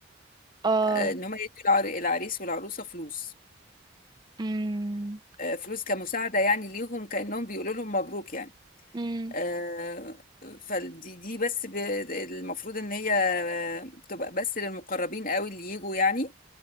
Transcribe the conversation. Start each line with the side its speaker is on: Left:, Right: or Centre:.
Right: اه
Left: آه، ان هم يدوا العر- العريس والعروسة فلوس
Right: مم.
Left: آه، فلوس كمساعدة يعني ليهم كأنهم بيقولوا لهم مبروك يعني
Right: مم.
Left: آه، فدي دي بس ب- المفروض ان هي آه، تبقى بس للمقربين قوي اللي يجوا يعني